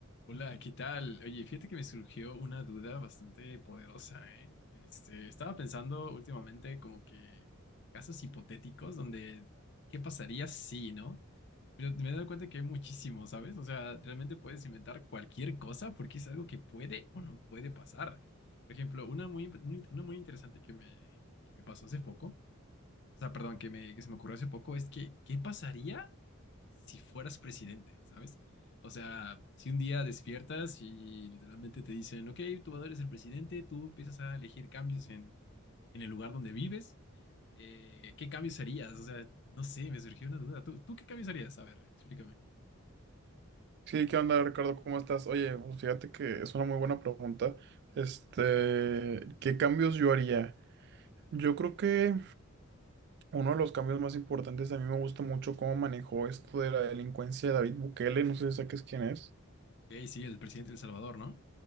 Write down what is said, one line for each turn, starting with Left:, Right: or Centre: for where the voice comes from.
Left: Hola, ¿qué tal? Oye, fíjate que me surgió una duda bastante poderosa, ¿eh? Este, estaba pensando últimamente como que casos hipotéticos donde, ¿qué pasaría si, no? Pero me he dado cuenta que hay muchísimos, ¿sabes? O sea, realmente puedes inventar cualquier cosa porque es algo que puede o no puede pasar. Por ejemplo, una muy, una muy interesante que me, que me pasó hace poco o sea, perdón, que, me, que se me ocurrió hace poco, es que, ¿qué pasaría si fueras presidente, ¿sabes? O sea, si un día despiertas y literalmente te dicen, ok, tú ahora eres el presidente, tú empiezas a elegir cambios en, en el lugar donde vives, eh, ¿qué cambios harías? O sea, no sé, me surgió una duda. ¿Tú, tú qué cambios harías? A ver, explícame.
Right: Sí, ¿qué onda, Ricardo? ¿Cómo estás? Oye, pues fíjate que es una muy buena pregunta. Este, ¿qué cambios yo haría? Yo creo que uno de los cambios más importantes, a mí me gusta mucho cómo manejó esto de la delincuencia de David Bukele, no sé si saques quién es.
Left: Ok, sí, el presidente de El Salvador, ¿no?